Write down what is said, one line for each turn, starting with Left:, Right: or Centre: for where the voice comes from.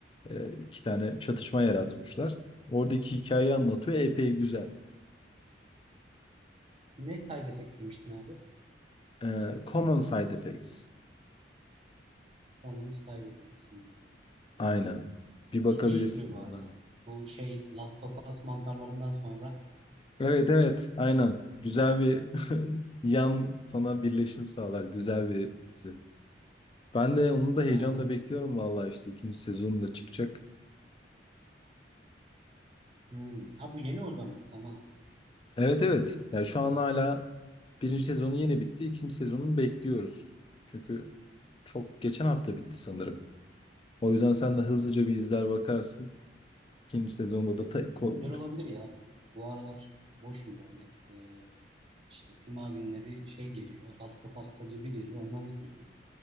Left: e, iki tane çatışma yaratmışlar. Oradaki hikayeyi anlatıyor. Epey güzel.
Right: Ne side effect demiştin abi?
Left: E, Common Side Effects
Right: Common side effects. Hmm.
Left: Aynen. Bir bakabilirsin
Right: İlginç duruyor bu
Left: orada.
Right: arada. Bu şey Last of Us mantarlarından sonra
Left: Evet evet aynen. Güzel bir <laughs> yan sana birleşim sağlar. Güzel bir dizi. Ben de onu da heyecanla
Right: aynen öyle.
Left: bekliyorum vallahi işte ikinci sezonu da çıkacak.
Right: Hmm. Ha bu yeni o zaman. Tamam.
Left: Evet evet. Ya şu an hala birinci sezonu yeni bitti. İkinci sezonunu bekliyoruz. Çünkü çok geçen hafta bitti sanırım. O yüzden sen de hızlıca bir izler bakarsın. İkinci sezonda da ta- ko-
Right: Güzel olabilir ya. Bu aralar boşum böyle. Ee, işte cuma günleri şey geliyor. Last of Us'ta gibi geliyor. Onları izliyorum.